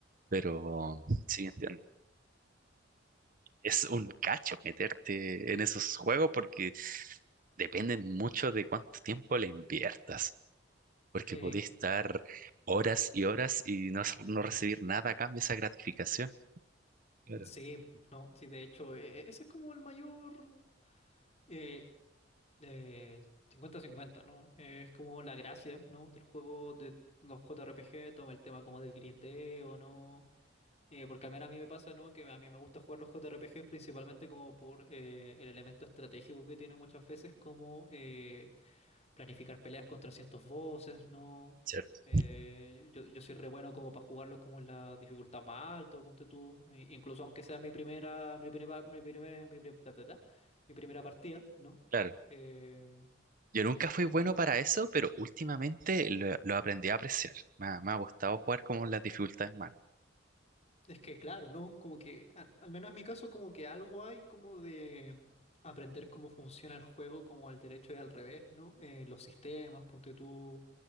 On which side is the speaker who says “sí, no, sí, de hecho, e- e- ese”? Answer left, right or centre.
Left